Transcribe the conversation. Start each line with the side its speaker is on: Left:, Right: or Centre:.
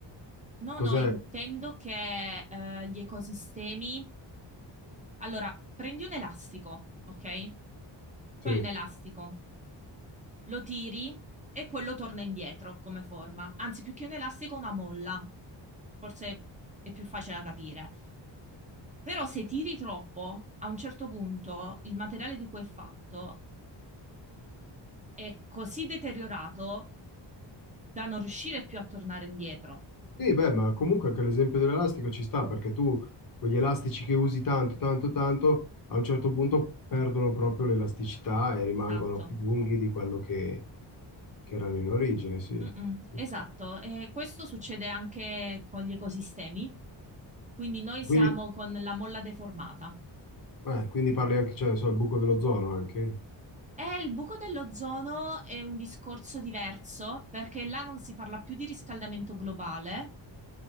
Right: No,
Left: cos'è?
Right: no, intendo che eh, gli ecosistemi. Allora, prendi un elastico, ok?
Left: Sì.
Right: Poi un elastico, lo tiri e quello torna indietro come forma. Anzi, più che un elastico, una molla. Forse è più facile da capire. Però se tiri troppo, a un certo punto il materiale di cui è fatto è così deteriorato da non riuscire più a tornare indietro.
Left: Sì, beh, ma comunque anche l'esempio dell'elastico ci sta, perché tu quegli elastici che usi tanto, tanto, tanto, a un certo punto perdono proprio l'elasticità e rimangono
Right: Esatto.
Left: più lunghi di quello che, che erano in origine, sì.
Right: Mm-mm,
Left: Sì,
Right: esatto,
Left: sì.
Right: e questo succede anche con gli ecosistemi, quindi noi siamo
Left: Quindi,
Right: con la molla deformata.
Left: eh, quindi parli anche, cioè, non so, il buco dell'ozono anche.
Right: E il buco dell'ozono è un discorso diverso perché là non si parla più di riscaldamento globale,